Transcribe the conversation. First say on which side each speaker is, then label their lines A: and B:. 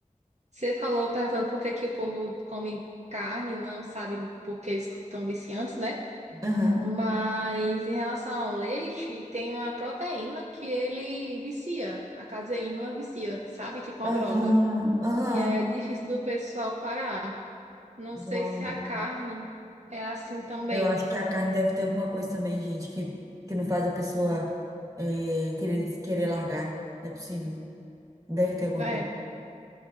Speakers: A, on the right; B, on the right.
A: Você falou perguntando por que que o povo come carne, não sabe por que eles estão viciantes, né?
B: Aham.
A: Mas em relação ao leite, tem uma proteína que ele vicia. A caseína ela vicia, sabe? Tipo
B: Aham.
A: uma droga.
B: Aham.
A: E aí é difícil do pessoal parar. Não
B: Não,
A: sei se a carne é assim também.
B: Eu acho que a carne deve ter alguma coisa também, gente, que, que não faz a pessoa eh, querer, querer largar. Não é possível. Deve ter alguma
A: É.
B: coisa.